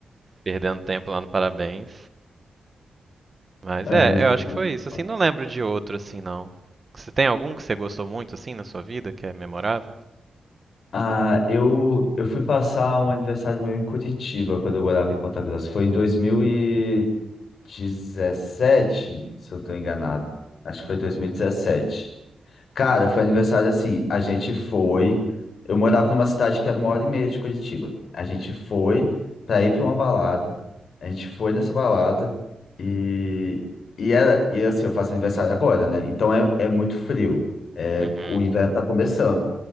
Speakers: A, on the right; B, on the left.
A: perdendo tempo lá no parabéns. Mas
B: é,
A: é,
B: mas
A: eu
B: foi
A: acho
B: muito
A: que foi isso. Assim,
B: bom.
A: não lembro de outro assim, não. Você tem algum que você gostou muito assim na sua vida que é memorável?
B: Ah, eu, eu fui passar um aniversário meu em Curitiba, quando eu morava em Ponta Grossa. Foi em 2017, se eu não estou enganado. Acho que foi 2017. Cara, foi aniversário assim. A gente foi. Eu morava numa cidade que era uma hora e meia de Curitiba. A gente foi pra ir pra uma balada. A gente foi nessa balada e, e era. E assim, eu faço aniversário agora, né? Então é, é muito frio. É,
A: Uhum.
B: o inverno tá começando.